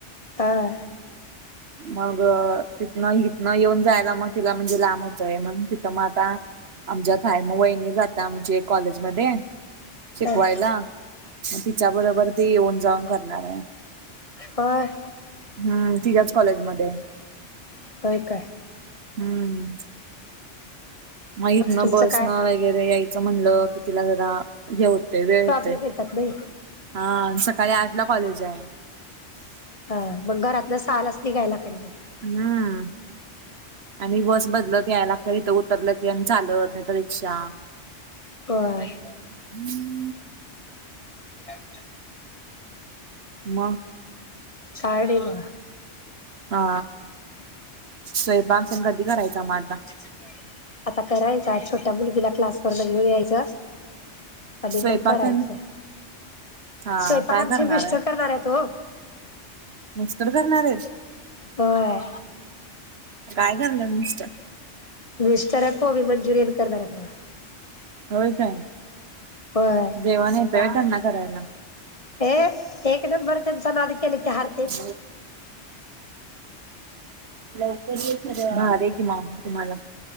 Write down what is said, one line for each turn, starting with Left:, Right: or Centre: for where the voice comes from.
Left: ह.
Right: मग तिथनं हिथनं येऊन जायला मग तिला म्हणजे लांब होतय मग तिथं मग आता. आमच्यात हाय वहिणी जात्या आमची एक कॉलेज मध्ये शिकवायला
Left: हा
Right: मग तिच्या बरोबर ती येऊन जाऊन करणार आहे.
Left: होय.
Right: हम्म तिच्याच कॉलेजमध्ये आहे.
Left: होय काय.
Right: हम्म मग हितन
Left: तुमचं
Right: बसन
Left: काय
Right: व वगैरे यायचं म्हणल कि तिला जरा हे होत वेळ
Left: प्रॉब्लेम
Right: होतय.
Left: येतात नाही
Right: हा सकाळी आठ ला कॉलेज आहे.
Left: अ मग घरातन सहालाच निघाय लागतय मग.
Right: हम्म. आणि बस बदलत यायला लागत इथं उतरलं की आणि चालत नाही तर रिक्षा.
Left: <unintelligible>
Right: हम्म.
Left: काय
Right: मग
Left: काय नाही बघा
Right: हा स्वयंपाक तेण कधी करायचां म आता.
Left: च. आता करायचं छोट्या मुलगीला क्लास. पोरीला घेऊन यायच आणि
Right: स्वयंपाक
Left: मग करायचं.
Right: तेन हा
Left: स्वयंपाक
Right: काय
Left: आमचे
Right: करणार
Left: मिस्टर
Right: आहे
Left: करणार आहे ओ.
Right: मिस्टर करणार आहेत.
Left: होय
Right: काय करणार मिस्टर
Left: मिस्टरच. कोबी मंचुरियन करणार आहेत बघा.
Right: होय काय.
Left: होय.
Right: जेवण येत व्हय त्यांना करायला.
Left: हे एक नंबर त्यांचा नाद केलं की हार.
Right: हा. लवकर ये खरं भारी आहे किम तुम्हाला.